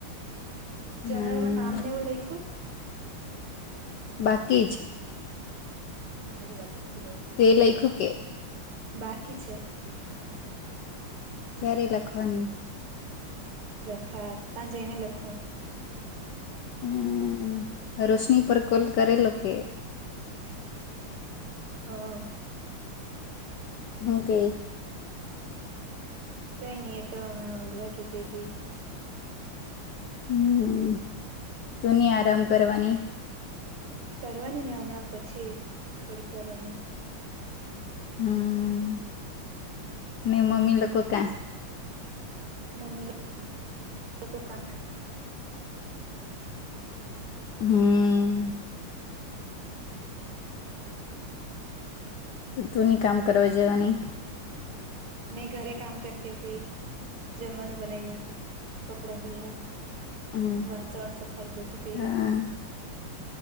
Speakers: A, on the left; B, on the right.
A: હમ
B: જનલમાં નામ ને એવું લખું?
A: બાકી જ
B: મારું હું બાકી જ છે બધુ
A: તો એ લઈખ્યું કે?
B: બાકી છે.
A: ક્યારે લખવાની?
B: લખા ત જઈને લખું.
A: હમ રોશની પર કોલ કરેલો કે?
B: હા
A: હમ કે
B: થંઈ ન એ તો હણા ઊઘવા કેતી હતી.
A: હમ તું નની આરામ કરવાની
B: કરવાની ને હમણાં પછી થોડીક વાર રહીને
A: હમ ને મમ્મી લોકો ક્યાં?
B: મમ્મી લો <unintelligible> કો કામ કરે
A: હમ તો તુંની કામ કરવા જવાની.
B: મેં ઘરે કામ કરતી હતી જમવાનું બનાવ્યું કપડા ધોયા
A: હમ
B: વાસણ સફાઈ બધું કર્યુ
A: હા